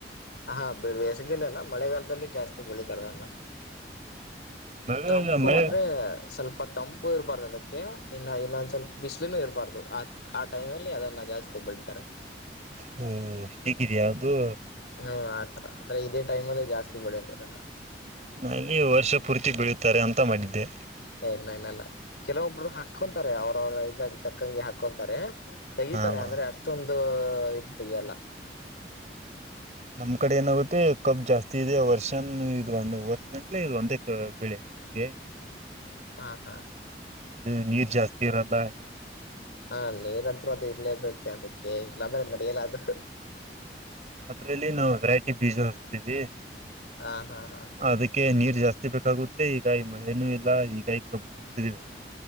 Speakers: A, on the left (about 80°); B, on the right (about 40°).
A: ಹಾ ಬಿಳ ಎಸಗಲ್ಲಲ್ಲ ಮಳೆಗಾಲದಲ್ಲಿ ಜಾಸ್ತಿ ಬೆಳಿತಾರದನ್ನ
B: ಮಳೆ
A: ತಂಪು
B: ಮಳೆ
A: ಅಂದ್ರೆ ಸ್ವಲ್ಪ ತಂಪು ಇರ್ಬಾರ್ದು ಅದಕ್ಕೆ ಇನ್ನು ಇನ್ನೊಂದ್ ಸ್ವಲ್ಪ ಬ್ ಇರಬಾರ್ದು ಆ ಆ ಟೈಮಲ್ಲಿ ಅದನ್ನ ಜಾಸ್ತಿ ಬೆಳಿತಾರೆ
B: ಹಓ ಹೀಗಿದಾ ಅದು
A: ಹ್ಮ್ ಆತರ ಅಂದ್ರ ಇದೇ ಟೈಮ್ಲ್ಲಿ ಜಾಸ್ತಿ ಬೆಳೆಯದ ಅದ
B: ಅಲ್ಲಿ ವರ್ಷ ಪೂರ್ತಿ ಬೆಳೆಯುತ್ತಾರೆ ಅಂತ ಮಾಡಿದ್ದೆ
A: ಏ ಇಲ್ಲ ಇಲ್ಲ ಇಲ್ಲ ಕೆಲವೊಬ್ಬರು ಹಾಕ್ಕೊಂತಾರೆ ಅವ್ರವ್ರ ಇದಾಗ ತಕ್ಕಂಗೆ ಹಾಕ್ಕೊಂತಾರೆ ತೆಗತಾರೆ
B: ಹಾ ಬ್ರೋ
A: ಅಂದ್ರೆ ಅಷ್ಟೊಂದು ಇದ ತೆಗಲ್ಲ
B: ನಮ್ ಕಡೆ ಏನಾಗುತ್ತೆ ಕಬ್ ಜಾಸ್ತಿ ಇದೆ ವರ್ಷನ್ ಇ ಒಂದ ವರ್ಷ ಗಂಲೆ ಇ ಒಂದೇ ಬೆಳೆ ನಮ್ಗೆ
A: ಹಾ ಹಾ
B: ಇದು ನೀರ್ ಜಾಸ್ತಿ ಇರಲ್ಲ ಈ
A: ಹಾ ನೀರಂತರು ಅದು ಇರ್ಲೇಬೇಕು ಅದಕ್ಕೆ ಇಲ್ಲಾಂದ್ರೆ ನಡಿಯಲ್ಲ ಅದು
B: ಅದ್ರಲ್ಲಿ ನಾವು ವೆರೈಟಿ ಬೀಜತೀವಿ
A: ಹಾ ಹಾ ಹಾ ಹಾ
B: ಅದಕ್ಕೆ ನೀರ್ ಜಾಸ್ತಿ ಬೇಕಾಗುತ್ತೆ ಈಗಾಯಿ ಮಳೆನೂ ಇಲ್ಲ ಈಗಾಯಿ ಕಬ್ಬುಣತಿದೆ